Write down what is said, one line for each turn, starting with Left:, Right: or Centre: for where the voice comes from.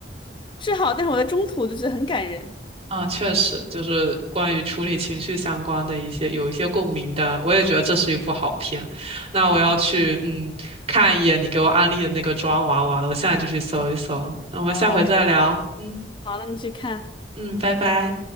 Left: 是好，但是我在中途就觉得很感人。
Right: 嗯，确实，就是关于处理情绪相关的一些有一些共鸣的，我也觉得这是一部好片。那我要去嗯看一眼你给我安利的那个抓娃娃了，
Left: 嗯，
Right: 我现在就去搜一搜。那我们下回再聊，
Left: 好啊，
Right: 嗯
Left: 好，那你去看。
Right: 嗯，拜拜。